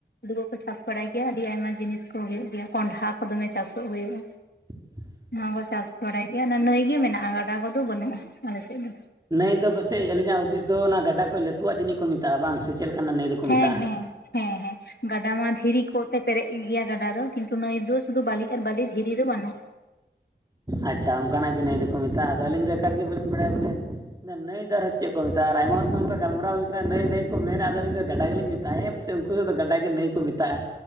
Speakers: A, on the left; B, on the right.
A: ᱦᱩᱲᱩᱜ ᱠᱚ ᱪᱟᱥ ᱵᱟᱲᱟᱭ ᱜᱮᱭᱟ ᱟᱹᱰᱤ ᱟᱭᱢᱟ ᱡᱤᱱᱤᱥ ᱠᱚ ᱦᱩᱭᱩᱜ ᱜᱮᱭᱟ ᱠᱚᱱᱰᱦᱟ ᱠᱚ ᱫᱚᱢᱮ ᱪᱟᱥᱚᱜ ᱦᱩᱭᱩᱜᱼᱟ᱾
B: <unintelligible>
A: ᱱᱚᱣᱟ ᱠᱚ ᱪᱟᱥ ᱵᱟᱲᱟᱭ ᱜᱮᱭᱟ ᱚᱱᱟ ᱱᱟᱹᱭ ᱜᱮ ᱢᱮᱱᱟᱜᱼᱟ ᱜᱟᱰᱟ ᱠᱚᱫᱚ ᱵᱟᱹᱱᱩᱜᱼᱟ ᱟᱞᱮᱥᱮᱫ ᱫᱚ᱾
B: ᱱᱟᱹᱭ ᱫᱚ ᱯᱟᱥᱮᱡ ᱟᱹᱞᱤᱧᱟᱜ ᱦᱩᱫᱤᱥ ᱫᱚ ᱚᱱᱟ ᱜᱟᱰᱟ ᱠᱷᱚᱡ ᱞᱟᱹᱴᱩᱣᱟᱜ ᱡᱟᱹᱱᱤᱡ ᱠᱚ ᱢᱮᱛᱟᱜᱼᱟ ᱵᱟᱝ ᱥᱮ ᱪᱮᱫ ᱞᱮᱠᱟᱱᱟᱜ ᱱᱟᱹᱭ ᱫᱚᱠᱚ
A: ᱦᱮᱸ
B: ᱢᱮᱛᱟᱜᱼᱟ
A: ᱦᱮᱸ ᱦᱮᱸ ᱦᱮᱸ ᱜᱟᱰᱟ ᱢᱟ ᱫᱷᱤᱨᱤ ᱠᱚᱛᱮ- ᱯᱮᱨᱮᱡ ᱜᱮᱭᱟ ᱜᱟᱰᱟ ᱫᱚ ᱠᱤᱱᱛᱩ ᱱᱟᱹᱭ ᱫᱚ ᱥᱩᱫᱷᱩ ᱵᱟᱹᱞᱤ ᱟᱨ ᱵᱟᱹᱞᱤ ᱫᱷᱤᱨᱤ ᱫᱚ ᱵᱟᱹᱱᱩᱜ
B: ᱟᱪᱪᱷᱟ ᱚᱱᱠᱟᱱᱟᱜ ᱜᱮ ᱱᱟᱹᱭ ᱫᱚᱠᱚ ᱢᱮᱛᱟᱜᱼᱟ ᱟᱫᱚ ᱟᱹᱞᱤᱧ ᱫᱚ ᱮᱠᱟᱞ ᱵᱟᱹᱞᱤᱧ ᱵᱟᱰᱟᱭᱟ ᱵᱚᱞᱮ ᱱᱟᱹᱭ ᱫᱚ ᱟᱨᱦᱚᱸ ᱪᱮᱫ ᱠᱚ ᱢᱮᱛᱟᱜᱼᱟ ᱟᱭᱢᱟ ᱦᱚᱲ ᱥᱟᱶ ᱠᱚ ᱜᱟᱞᱢᱟᱨᱟᱣ ᱦᱩᱭ ᱟᱠᱟᱱᱟ ᱱᱟᱹᱭ ᱱᱟᱹᱭ ᱠᱚᱢᱮᱱᱟ ᱟᱫᱚ ᱟᱞᱤᱧ ᱫᱚ ᱜᱟᱰᱟ ᱜᱮᱞᱤᱧ ᱢᱮᱛᱟᱜᱼᱟ ᱦᱮᱸ ᱯᱟᱥ ᱥᱮ ᱩᱱᱠᱩ ᱥᱮᱫ ᱫᱚ ᱜᱟᱰᱟ ᱜᱮ ᱱᱟᱹᱭ ᱠᱚ ᱢᱮᱛᱟᱜᱼᱟ᱾